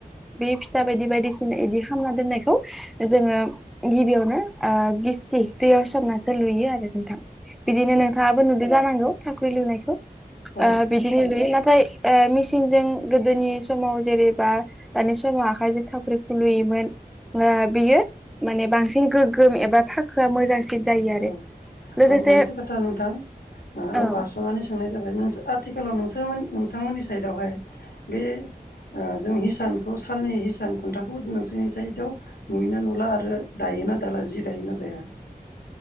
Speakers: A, in the centre; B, on the left.
A: बे फिथा बायदि बायदिसिना बिदि खालामना दोननायखौ जोङो गिबियावनो ओ बिस्टि बेयाव सनासो लुइयो आरो नोंथां बिदिनो नोंथाङाबो नुदों जानांगौ साख्रि लुनायखौ ओ
B: औ
A: बिदिनो लुयो नाथाय ओ मेसिनजों गोदोनि समाव जेरेबा दानि समाव आखायजों थावाख्रि खुलुयोमोन। ओआ बियो माने बांसिन गोगोम एबा फाखोआ मोजांसिन जायो आरो
B: औ
A: लोगोसे
B: औ मोनसे खोथा नोंथां ओ आं
A: औ
B: बारसनानै सोंनाय जाबाय नोंसो आथिखालाव नोंसोमोननि नोंथांमोननि साइडआवहाय बे ओ जों हिसानखौ सालनि हिसान खुन्थाखौ नोंसोरनि साइदआव नुयोना नुला आरो दायो दायोना दाला जि दायोना दाया?